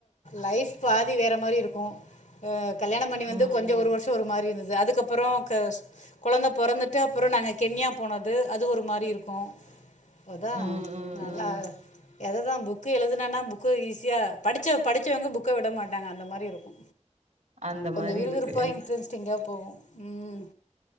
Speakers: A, on the left (about 75°); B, on the right (about 80°).
A: லைஃப் பாதி வேற மாரி இருக்கு அ கல்யாணம் பண்ணி வந்து
B: ம்
A: கொஞ்சு
B: ம்
A: ஒரு வருஷோ ஒரு மாரி இந்தது அதுக்கப்புறோ த கொழந்த பொறந்துட்டு அப்புற நாங்க கென்யா போனது அது ஒரு மாரி இருக்கு அதா
B: ம் ம்
A: நல்லா
B: ம்
A: எததா புக்கு எழுதுனன்னா புக்கு ஈஸியா படிச்ச படிச்சவங்க புக்க விட மாட்டாங்க அந்த மாரி இருக்கு
B: அந்த
A: கொஞ்சு
B: மாரி
A: விறுவிறுப்பா
B: இருக்கு
A: இன்ட்ரெஸ்ட்டிங்கா போவு ம்